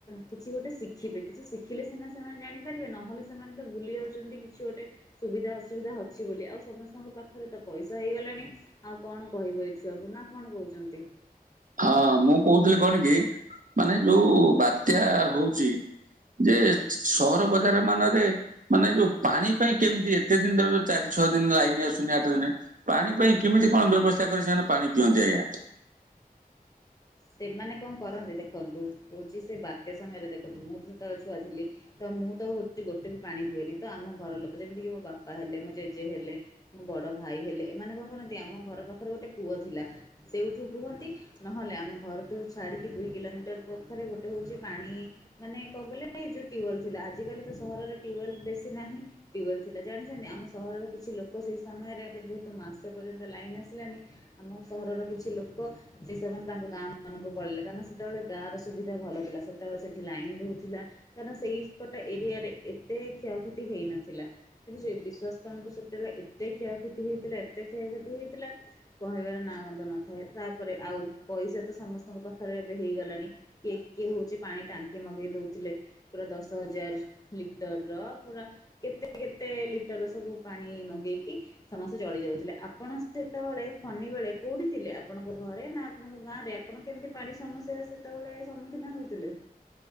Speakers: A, on the left; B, on the right.
A: କିଛି ଗୋଟେ ଶିଖିବେ କିଛି ଶି ଥିଲେ ସିନା ସେମାନେ ଜାଣିପାରିବେ ନହେଲେ ସେମାନେ ତ ଭୁଲି ଯାଉଚନ୍ତି କିଛି ଗୋଟେ ସୁବିଧା ଅସୁବିଧା ଅଛି ବୋଲି ଆଉ ସମସ୍ତଙ୍କ ପାଖରେ ତ ପଇସା ହେଇଗଲାଣି ଆଉ କଣ କହିବ ଏଇ ଛୁଆଙ୍କୁ ନା କଣ କୋହୁଚନ୍ତି।
B: ହଁ ମୁଁ କୋହୁଥିଲି କଣ କି ମାନେ ଯୋଉ ବାତ୍ୟା ହୋଉଚି। ଯେ ସହର ବଜାର ମାନରେ ମାନେ ଯୋଉ ପାଣି ପାଇଁ କେମିତି ଏ କେତେ ଦିନ ଧର ଚାରି ଛଅ ଦିନ ଲାଇନ ଆସୁନି ଆଠ ଦିନ ପାଣି ପାଇଁ କେମିତି କଣ ବ୍ୟବସ୍ଥା କରି ସେମାନେ ପାଣି ପିଅନ୍ତି? ଆଜ୍ଞା।
A: ସେମାନେ କଣ କରନ୍ତି ଦେଖନ୍ତୁ ହୋଉଚି ସେ ବାତ୍ୟା ସମୟରେ ଦେଖନ୍ତୁ ମୁଁ ଯେତେବେଳେ ଛୁଆ ଥିଲି। ତ ମୁଁ ତ ହୋଉଚି ଗୋଟେ ବି ପାଣି ହୁଏନି ତ ଆମ ଘର ଲୋକ ଯେମିତି କିି ମୋ ବାପା ହେଲେ, ମୋ ଜେଜେ ହେଲେ ମୋ ବଡ ଭାଇ ହେଲେ, ଏମାନେ କଣ କରନ୍ତି ଆମ ଘର ପାଖରେ ଗୋଟେ ପୁଅ ଥିଲା ସେଉଠୁ ବୁହନ୍ତି ନହେଲେ ଆମ ଘରଠୁ ଛାଡିକି ଦୁଇ କିଲୋମିଟର ପାଖରେ ଗୋଟେ ହୋଉଚି ପାଣି ମାନେ ଙ୍କ କହିଲେ ଏଇ ଯୋଉ ଟ୍ୟୁବଲ୍ ଥିଲା। ଆଜିକାଲି ତ ସହରରେ ଟ୍ୟୁବେଲ ବେଶୀ ନାହିଁ ଟ୍ୟୁବଲ ଥିଲା ଜାଣିଛନ୍ତି ଆମ ସହରର କିଛି ଲୋକ ସେଇ ସମୟରେ ଯେହେତୁ ମାସ ପର୍ଯ୍ୟନ୍ତ ଲାଇନ ଆସିଲାନି ଆମ ସହରର କିଛି ଲୋକ ସେ ସମୟ ରେ ତାଙ୍କ ଗାଁ ମାନଙ୍କୁ ପଳେଇଲେ କାରଣ ସେତେବେଳେ ଗାଁ ର ସୁବିଧା ଭଲ ଥିଲା ସେତେବେଳେ ସେଠି ଲାଇନ ରହୁଥିଲା କାରଣ ସେଇପଟେ ଏରିଆରେ ଏତେ କ୍ଷୟକ୍ଷତି ହେଇନଥିଲା କିନ୍ତୁ ସେ ବିଶ୍ଵାସ କରନ୍ତୁ ସେତେବେଳେ ଏତେ କ୍ଷୟକ୍ଷତି ହେଇଥିଲା ଏତେ କ୍ଷୟକ୍ଷତି ହେଇଥିଲା କହିବାର ନାଁ ଗନ୍ଧ ନଥାଏ ତାପରେ ଆଉ ପଇସା ତ ସମସ୍ତଙ୍କ ପାଖରେ ଏବେ ହେଇଗଲାଣି କିଏ କିଏ ହଉଚି ପାଣି ଟାଙ୍କି ମଗେଇ ଦଉଥିଲେ ପୁରା ଦଶ ହଜାର ର ଲିଟର ର ପୁରା କେତେ କେତେ ଲିଟର ସବୁ ପାଣି ମଗେଇକି ହଁ ସେ ଚଳି ଯାଉଥିଲେ ଆପଣ ସେତେବେଳେ ଫନି ବେଳେ କଉଠି ଥିଲେ ଆପଣଙ୍କ ଘରେ ନା ଆପଣଙ୍କ ଗାଁରେ? ଆପଣ କେମିତି ପାଣି ସମସ୍ୟ ସେତେବେଳେ ସମ୍ମୁଖୀନ ହଉଥିଲେ?